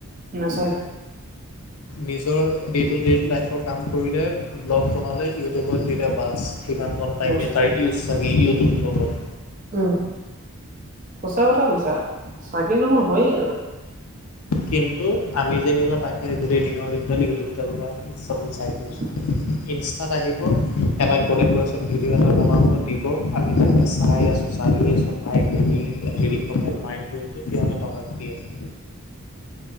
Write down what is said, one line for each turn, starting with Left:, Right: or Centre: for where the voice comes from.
Right: নাচাই।
Left: নিজৰ ডে টু ডে লাইফৰ কাম ফুলে ব্লগ বনালে ইউটিউবত দিলে বাছ সিমান ঘ টাইমে
Right: বছ
Left: তাৰ ইউজ চাগে ইউটিউব হৈ গল।
Right: উম সঁচা কথা কৈছা চাগে নহয় হয়েই আৰু।
Left: কিন্তু আমি যেনিবা তাকে গোটেই দিনৰ দিনডাল ইউটিউবডাল বা ইন্সটাবোৰ চাই ফুৰিছো।
Right: <inaudible>
Left: ইনষ্টাত আহিব এটা কলেবৰেচন ভিডিঅ' এটা বনাব দিব আমি তাকে চাই আছোঁ। চাই আছোঁ লাইক কৰি হেৰি কমেণ্ট মাৰি ফুৰিছোঁ সিহঁতে টকা ঘটি আছে।